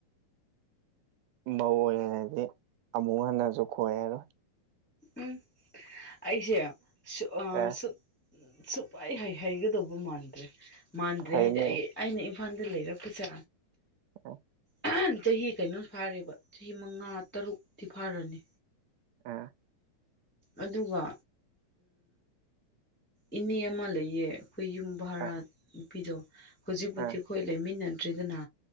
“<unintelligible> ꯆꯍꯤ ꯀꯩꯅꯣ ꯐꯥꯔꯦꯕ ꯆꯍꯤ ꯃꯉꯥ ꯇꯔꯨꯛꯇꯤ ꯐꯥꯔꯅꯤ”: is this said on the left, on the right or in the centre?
Centre